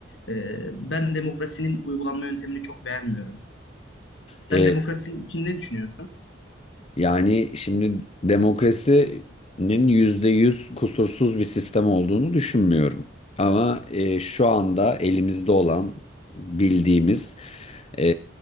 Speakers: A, on the left; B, on the left.
A: E, ben demokrasinin uygulanma yöntemini çok beğenmiyorum. Sen
B: E,
A: demokrasi için ne düşünüyorsun?
B: yani şimdi demokrasinin yüzde yüz kusursuz bir sistem olduğunu düşünmüyorum. Ama e, şu anda elimizde olan bildiğimiz e,